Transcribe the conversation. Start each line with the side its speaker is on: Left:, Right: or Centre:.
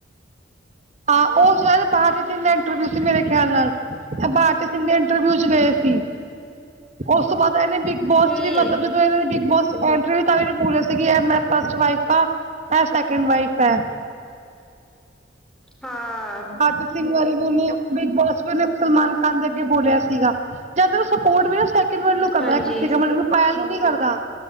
Right: ਹਾਂ, ਓ ਸਾਇਦ <inaudible> ਇੰਟਰਵਿਊ ਸੀ ਮੇਰੇ ਖਿਆਲ ਨਾਲ, <inaudible> ਤਿੰਨੇ ਇੰਟਰਵਿਊ ਚ ਗਏ ਸੀ, ਉਸ ਤੋਂ ਬਾਅਦ ਇਹਨੇ ਬਿਗ ਬੋਸ
Centre: ਹਮ
Right: ਚ ਵੀ ਮਤਲਬ ਜ ਜਦੋਂ ਇਨਾਂ ਦੀ ਬਿਗ ਬੋਸ ਚ ਐਂਟਰੀ ਸੀ। ਤਾਂਵੀ ਨਈ ਬੋਲੇ ਸੀਗੇ ਮੈਂ ਫਸਟ ਵਈਫ ਆਂ। ਐੈ ਸੈਕਿੰਡ ਵਈਫ ਐ।
Centre: ਹਾਂ।
Right: ਅਕ ਸਿੰਘ ਵਾਰੀ ਬੋਲੇ ਆਂ, ਬਿਗ ਬੋਸ ਵੇਲੇ ਸਲਮਾਨ ਖਾਨ ਦੇ ਅੱਗੇ ਬੋਲਿਆ ਸੀਗਾ। <unintelligible>
Centre: ਹਾਂਜੀ
Right: ਪਾਇਲ ਨੂੰ ਨੀ ਕਰਦਾ,